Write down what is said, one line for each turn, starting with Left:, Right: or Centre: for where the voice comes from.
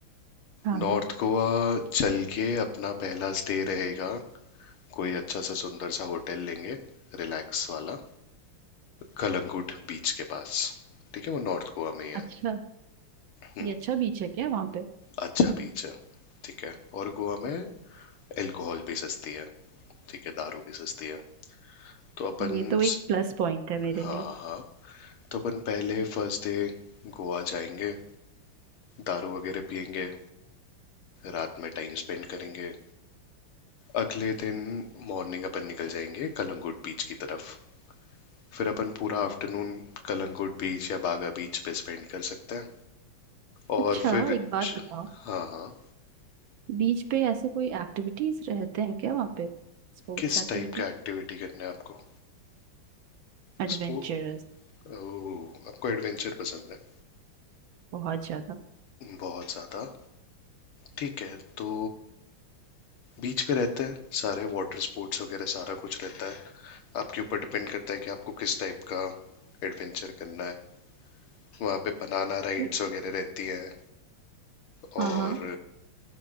Right: हाँ
Left: नॉर्थ
Right: हाँ
Left: गोवा चल के अपना पहला स्टे रहेगा कोई अच्छा सा सुंदर सा होटल लेंगे रिलैक्स वाला कलंगुट बीच के पास ठीक है वो नॉर्थ गोवा में ही है
Right: अच्छा
Left: हम्म
Right: ये अच्छा बीच है क्या वहाँ पे
Left: अच्छा बीच है ठीक है और गोवा में अल्कोहल भी सस्ती है ठीक है दारू भी सस्ती है तो अपन
Right: ये तो एक प्लस पॉइंट है मेरे
Left: हाँ
Right: लिए
Left: हाँ तो अपन पहले फर्स्ट डे गोवा जाएंगे दारू वगैरह पियेंगे रात में टाइम स्पेंड करेंगे अगले दिन मॉर्निंग अपन निकल जाएंगे कलंगुट बीच की तरफ फिर अपन पूरा आफ्टरनून कलंगुट बीच या बागा बीच पे स्पेंड कर सकते हैं और
Right: अच्छा
Left: फिर
Right: एक बात
Left: श-
Right: बताओ
Left: हाँ हाँ
Right: बीच पे ऐसे कोई एक्टिविटीज रहते हैं क्या वहाँ पे Sports
Left: किस
Right: activity
Left: टाइप का एक्टिविटी करना है आपको
Right: एडवेंचरस
Left: स्पोर्ट ओह आपको एडवेंचर पसंद है
Right: बहुत ज्यादा
Left: बहुत ज़्यादा ठीक है तो बीच पे रहते हैं सारे वाटर स्पोर्ट्स वगैरह सारा कुछ रहता है आपके ऊपर डिपेंड करता है कि आपको किस टाइप का एडवेंचर करना है वहाँ पे बनाना राइड्स
Right: वो-
Left: वगैरह रहती हैं और
Right: हाँ हाँ